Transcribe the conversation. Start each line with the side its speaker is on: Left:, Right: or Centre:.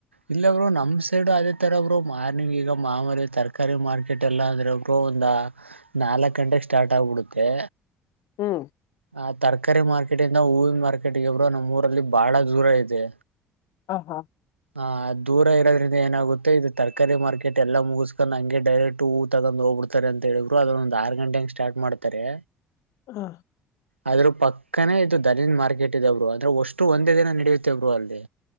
Right: ಇಲ್ಲ ಬ್ರೋ ನಮ್ ಸೈಡು ಅದೇ ತರ ಬ್ರೋ ಮಾರ್ನಿಂಗ್ ಈಗ ಮಾಮೂಲಿ ತರಕಾರಿ ಮಾರ್ಕ ಕಿಕೆಟ್ ಎಲ್ಲ ಅಂದ್ರೆ ಒಬ್ರು ಒಂದು ನಾಲ್ಕು ಗಂಟೆಗೆ ಸ್ಟಾರ್ಟ್ ಆಗ್ಬಿಡುತ್ತೆ
Left: ಹ್ಮ್
Right: ಆ ತರಕಾರಿ ಮಾರ್ಕೆಟ್ ಇಂದ ಹೂವಿ ಮಾರ್ಕೆಟ್ಗಬ್ರು ನಮ್ಮ್ ಊರಲ್ಲಿ ಬಾಳ ದೂರ ಇದೆ
Left: ಹ ಹಾ
Right: ಹ ದೂರ ಇರೋದ್ರಿಂದ ಏನಾಗುತ್ತೆ ಇದು ತರಕಾರಿ ಮಾರ್ಕೆಟ್ ಎಲ್ಲಾ ಮುಗಸ್ಕೊಂಡ್ ಹಂಗೆ ಡೈರೆಕ್ಟ್ ಹೂ. ತಗೊಂಡ ಹೋಗ್ಬಿಡ್ತಾರೆ ಅಂತ ಹೇಳಿದರು ಅದೊಂದು ಆರು ಗಂಟೆಗೆ ಸ್ಟಾರ್ಟ ಮಾಡ್ತಾರೆ.
Left: ಹಾ
Right: ಆದ್ರೂ ಪಕ್ಕನೇ ಇದು ದನದ ಮಾರ್ಕೆಟ್ ಇದ ಬ್ರೋ ಅಂದ್ರೆ ವಷ್ಟು ಒಂದೇ ದಿನಾ ನಡೆಯುತ್ತೆ ಬ್ರೋ ಅಲ್ಲಿ.